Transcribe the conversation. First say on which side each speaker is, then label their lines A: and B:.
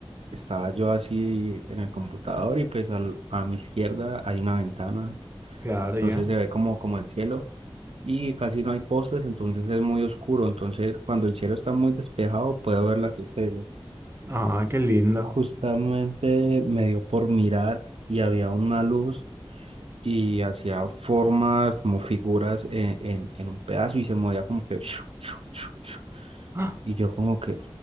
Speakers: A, on the right (about 75°); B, on the right (about 25°).
A: Estaba yo así en el computador y pues al- a mi izquierda hay una ventana,
B: Claro,
A: entonces
B: ya.
A: se ve como, como el cielo y casi no hay postes, entonces es muy oscuro, entonces cuando el cielo está muy despejado puedo ver las estrellas.
B: Ah, qué lindo.
A: Justamente me dio por mirar y había una luz y hacía formas como figuras en, en, en un pedazo y se movía como que... <smacks lips>
B: Ah,
A: Y yo como que...